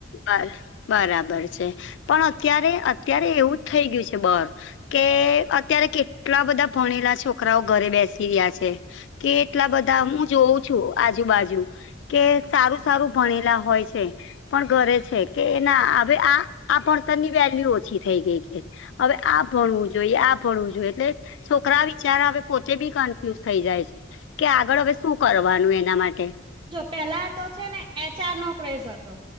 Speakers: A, on the left; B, on the right.
A: બર બરાબર છે પણ અત્યારે અત્યારે એવું જ થઈ ગયું છે બર કે અત્યારે કેટલા બધા ભણેલા છોકરાઓ ઘરે બેસી રહ્યા છે કે એટલા બધા હું જોઉં છું આજુબાજુ કે સારું સારું ભણેલા હોય છે પણ ઘરે છે કે ના અવે આ આ ભણતરની વેલ્યુ ઓછી થઈ ગઈ છે અવે આ ભણવું જોઈએ આ ભણવું જોઈએ એટલે છોકરા વિચારા હવે પોતે બી કન્ફ્યુઝ થઈ જાય છે કે આગળ હવે શું કરવાનું એના માટે
B: જો પેલા તો છે ને એચ આર નો ક્રેઝ હતો